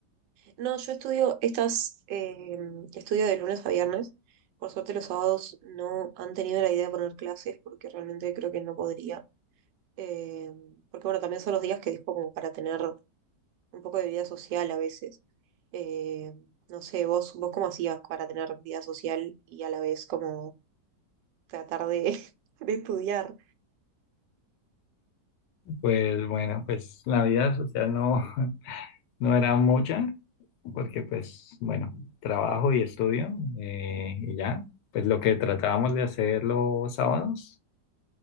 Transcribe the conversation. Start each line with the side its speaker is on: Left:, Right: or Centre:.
Right: No, yo estudio estas, eh, estudio de lunes a viernes. Por suerte los sábados no han tenido la idea de poner clases porque realmente creo que no podría. Eh, porque bueno, también son los días que dejo como para tener un poco de vida social a veces. Eh, no sé, vos, vos cómo hacías para tener vida social y a la vez como tratar de, <laughs> de estudiar.
Left: Pues bueno, pues la vida social no, <laughs> no era mucha, porque pues bueno, trabajo y estudio eh, y ya, pues lo que tratábamos de hacer los sábados